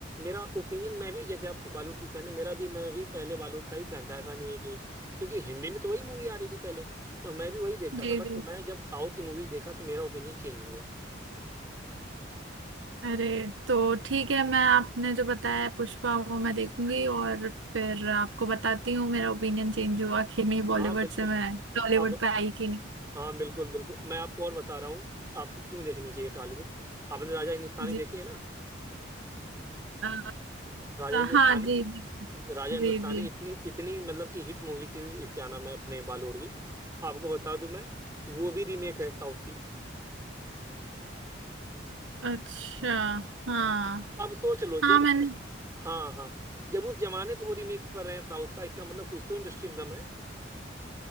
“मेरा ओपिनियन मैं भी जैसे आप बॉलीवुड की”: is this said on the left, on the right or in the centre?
Right